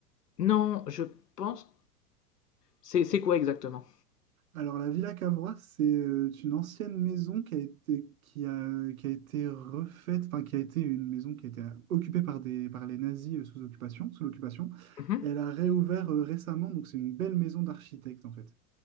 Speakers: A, on the left; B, on the right.
A: Non, je pense. C'est c'est quoi exactement?
B: Alors, la Villa Cavrois, c'est euh, une ancienne maison qui a été, qui a, qui a été refaite, enfin, qui a été une maison qui a été occupée par des, par les nazis euh, sous occupation, sous l'occupation.
A: Mhm.
B: Elle a réouvert euh, récemment, donc c'est une belle maison d'architecte, en fait,